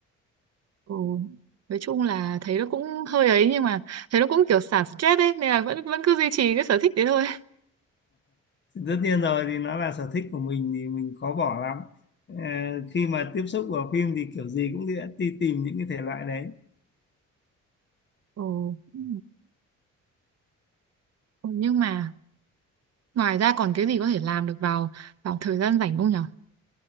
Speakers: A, on the right; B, on the left.
A: Ừ. Nói chung là thấy nó cũng hơi ấy nhưng mà thấy nó cũng kiểu xả stress ấy nên là vẫn vẫn cứ duy trì cái sở thích đấy thôi.
B: tất nhiên rồi thì nó là sở thích của mình thì mình khó bỏ lắm Ờ, khi mà tiếp xúc vào phim thì kiểu gì cũng đi, đi tìm những cái thể loại đấy
A: Ừ. Ừ. Ừ, nhưng mà ngoài ra còn cái gì có thể làm được vào vào thời gian rảnh không nhở?